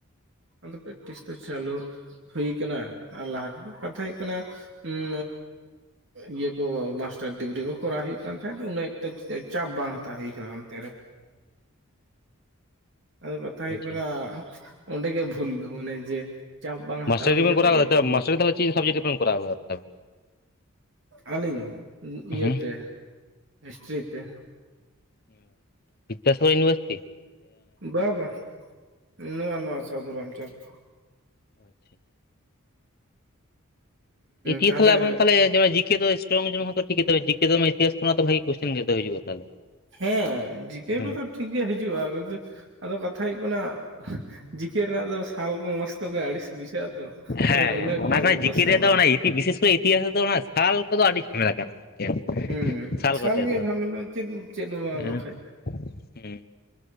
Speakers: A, on the right; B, on the left.
A: ᱟᱫᱚ ᱯᱮᱠᱴᱤᱥ ᱫᱚ ᱪᱟᱞᱩ ᱦᱩᱭ ᱠᱟᱱᱟ ᱟᱨ ᱞᱟᱦᱟ ᱠᱟᱛᱷᱟ ᱦᱩᱭᱩᱜ ᱠᱟᱱᱟ ᱩᱸ ᱤᱭᱟᱹ ᱠᱚ ᱢᱟᱥᱴᱟᱨ ᱰᱤᱜᱽᱨᱤ ᱠᱚ ᱠᱚᱨᱟᱣ ᱦᱩᱭᱩᱜ ᱠᱟᱱ ᱛᱟᱦᱮᱸᱫ ᱩᱱᱟᱹᱜ ᱮᱠᱴᱟ ᱪᱟᱯ ᱵᱟᱝ ᱦᱟᱛᱟᱣ ᱦᱩᱭᱩᱠᱟᱱᱟ ᱚᱱᱛᱮ ᱨᱮ᱾ ᱟᱫᱚ ᱠᱟᱛᱷᱟ ᱦᱩᱭᱩᱜ
B: ᱟᱪᱪᱷᱟ
A: ᱠᱟᱱᱟ ᱚᱸᱰᱮ ᱜᱮ ᱵᱷᱩᱞ ᱫᱚ ᱢᱟᱱᱮ ᱡᱮ ᱪᱟᱯ ᱵᱟᱝ ᱦᱟᱛᱟᱣ
B: ᱢᱟᱥᱴᱟᱨᱵᱤᱜᱨᱤᱵᱮᱱ
A: ᱦᱩᱭ ᱠᱟᱛᱮ
B: ᱠᱚᱨᱟᱣᱠᱟᱫᱟ
A: ᱜᱮ ᱵᱷᱩᱞ
B: ᱢᱟᱥᱴᱟᱨᱫᱚ ᱛᱟᱞᱦᱮ ᱪᱮᱫ ᱥᱟᱵᱡᱮᱠ ᱨᱮᱵᱮᱱ ᱠᱚᱨᱟᱣ ᱠᱟᱫᱟ?
A: ᱟᱹᱞᱤᱧ ᱤᱭᱟᱹᱛᱮ
B: ᱦᱮᱸ
A: ᱦᱤᱥᱴᱨᱤ ᱛᱮ᱾
B: <inaudible> ᱵᱤᱫᱫᱟᱥᱟᱜᱚᱨ ᱭᱩᱱᱤᱷᱟᱨᱥᱤᱴᱤ?
A: ᱵᱟ ᱵᱟ ᱱᱚᱣᱟ ᱱᱚᱣᱟ ᱥᱟᱫᱷᱩ ᱨᱟᱢᱪᱟᱸᱫᱽ᱾
B: ᱚ ᱟᱪᱪᱷᱟ <unintelligible> <unintelligible> <unintelligible> ᱡᱤᱠᱮ
A: ᱛᱟᱦᱚᱞᱮ
B: ᱫᱚ ᱥᱴᱨᱚᱝ ᱴᱷᱤᱠ ᱜᱮ <unintelligible> ᱤᱛᱦᱟᱥ ᱠᱷᱚᱱᱟᱜ ᱵᱷᱟᱜᱮ ᱠᱚᱥᱪᱮᱱ ᱜᱮ ᱦᱤᱡᱩᱜᱼᱟ ᱛᱟᱦᱚᱞᱮ
A: ᱦᱮᱸ ᱡᱤᱠᱮ
B: ᱦᱮᱸ
A: ᱠᱚᱫᱚ ᱴᱷᱤᱠ ᱜᱮ ᱦᱤᱡᱩᱜᱼᱟ ᱠᱤᱱᱛᱩ ᱟᱫᱚ ᱠᱟᱛᱷᱟ ᱦᱩᱭᱩᱜ ᱠᱟᱱᱟ ᱡᱤᱠᱮ ᱨᱮᱱᱟᱜ ᱫᱚ ᱥᱟᱞ ᱢᱟᱥ ᱠᱚ ᱜᱮ ᱟᱹᱲᱤᱥ ᱵᱩᱡᱷᱟᱹᱜᱼᱟ᱾ ᱛᱚ ᱢᱟᱱᱮ
B: ᱦᱮᱸ
A: ᱩᱱᱟᱹᱜ ᱮᱠᱴᱟ
B: ᱚᱱᱟ
A: ᱢᱩᱠᱷᱚᱥᱛᱚ
B: ᱡᱤᱠᱮ ᱨᱮᱭᱟᱜ
A: ᱵᱟᱝ
B: ᱫᱚ ᱚᱱᱟ ᱤᱛᱤ ᱵᱤᱥᱮᱥ ᱠᱚᱨᱮ ᱤᱛᱤ ᱤᱛᱤᱦᱟᱥ ᱨᱮ ᱫᱚ ᱚᱱᱟ ᱥᱟᱞ ᱠᱚᱫᱚ ᱟᱹᱰᱤ ᱡᱷᱟᱢᱮᱞᱟ ᱠᱟᱱᱟ ᱢᱤᱫᱴᱮᱱ᱾
A: ᱦᱩᱸ
B: ᱥᱟᱞ
A: ᱵᱤᱥᱟᱞ
B: ᱠᱚᱛᱮ
A: ᱜᱮᱭᱟ
B: ᱫᱚ
A: ᱡᱷᱟᱢᱮᱞ ᱢᱟ ᱪᱮᱫ ᱪᱮᱫ ᱮᱢᱟ
B: ᱦᱮᱸ
A: ᱵᱟᱠᱷᱟᱡ᱾
B: ᱦᱮᱸ